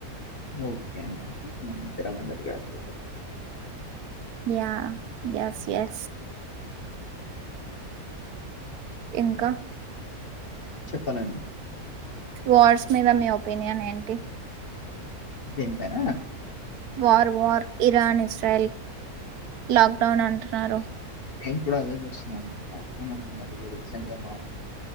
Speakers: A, on the left; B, on the right.
A: ఓకే అండి అయితే మన ఇద్దరం under graduate
B: yeah yes yeah ఇంకా
A: చెప్పలండి
B: వాయిస్ మీద మీ ఒపీనియన్ ఏంటి
A: దేనిపైనా
B: వార్ వర్ ఇరానీ స్ట్రాయిల్ లాక్ రాను అంటున్నారు
A: నేను కూడా అదే చూస్తున్నా అవసరం అనుకున్న డెలివరిస్ ఎన్నిటిదమా